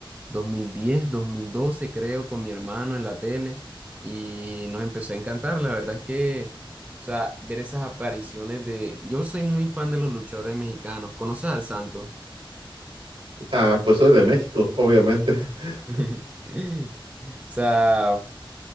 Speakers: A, on the right; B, on the right.
A: dos mil diez dos mil doce creo, con mi hermano en la tele y nos empezó a encantar. La verdad es que, o sea, ver esas apariciones de... Yo soy muy fan de los luchadores mexicanos. ¿Conoces al Santo?
B: Ah, pues soy de México, obviamente. <laughs>
A: <laughs> O sea...